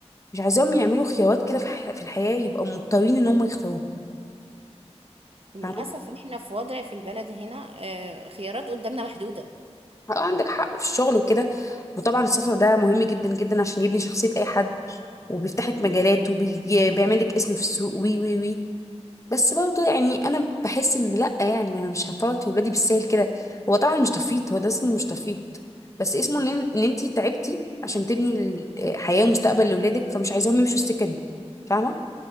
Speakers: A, on the left; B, on the right.
A: مش عايزاهم يعملوا خيارات كده في, ح- في الحياه يبقوا مضطرين ان هم يختاروها
B: للأسف
A: فاهمه
B: احنا في وضع في البلد هنا آه، خيارات قدامنا محدودة
A: اه عندك حق في الشغل وكده وطبعا السفر ده مهم جدا جدا عشان يبني شخصية أي حد وبيفتح لك مجالات وبيعمل لك اسم في السوق وي وي وي بس برضه يعني أنا بحس إن لأ يعني أنا مش هفوت في ولادي بالسهل كده هو طبعا مش تفيت هو ده اسمه مش تفيت بس اسمه إن إن أنتي تعبتي عشان تبني ال- آه، حياة ومستقبل لأولادك فمش عايزاهم يمشوا السكة دي فاهمة